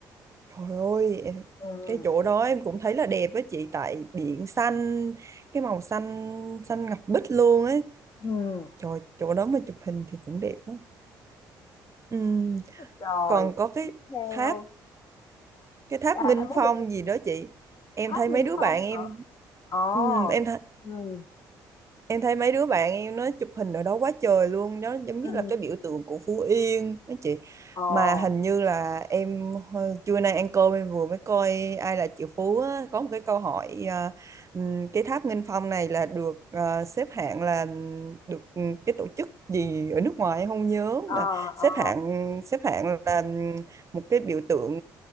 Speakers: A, on the right; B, on the left.
A: trời ơi em,
B: Ừm,
A: cái chỗ đó em cũng thấy là đẹp á chị tại biển xanh cái màu xanh xanh ngọc bích luôn ấy
B: ừm,
A: trời chỗ đó mà chụp hình thì cũng đẹp á. Ừm,
B: Rồi,
A: còn có cái
B: tiếp theo.
A: tháp cái tháp
B: À,
A: Nghinh
B: anh nói
A: Phong
B: đi
A: gì đó chị em
B: Tháp
A: thấy
B: Nghinh
A: mấy đứa
B: Phong
A: bạn em
B: hả? Ồ,
A: ừm, em
B: ừ
A: Em thấy mấy đứa bạn em nó chụp hình ở đó quá trời luôn đó giống
B: ừ
A: như là cái biểu tượng của Phú Yên đó chị
B: ồ,
A: mà hình như là em hồi- trưa nay ăn cơm em vừa mới coi ai là triệu phú á, có một cái câu hỏi à, ừm, cái tháp Nghinh Phong này là được à, xếp hạng là ừm, được ừm, cái tổ chức gì ở nước ngoài em không nhớ
B: ờ,
A: mà xếp
B: ờ,
A: hạng xếp hạng là ừm, một cái biểu tượng